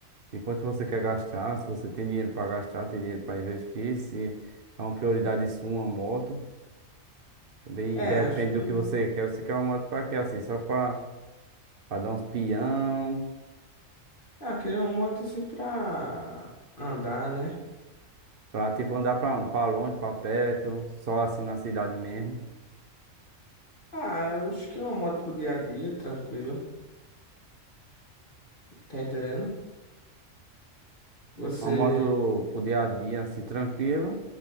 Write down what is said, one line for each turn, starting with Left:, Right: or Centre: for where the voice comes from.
Right: de quanto você quer gastar, se você tem dinheiro para gastar, tem dinheiro para investir, se é uma prioridade sua, uma moto. Bem,
Left: É,
Right: depende
Left: acho que...
Right: do que você quer. Você quer uma moto pra quê? Assim, só pra, pra dar uns pião,
Left: Ah, queria uma moto assim pra andar, né?
Right: pra tipo andar pra onde? Pra longe, pra perto, só assim na cidade mesmo.
Left: Ah, acho que uma moto pro dia a dia, tranquila. Tá entendendo? Você...
Right: Uma moto pro dia a dia, assim, tranquila.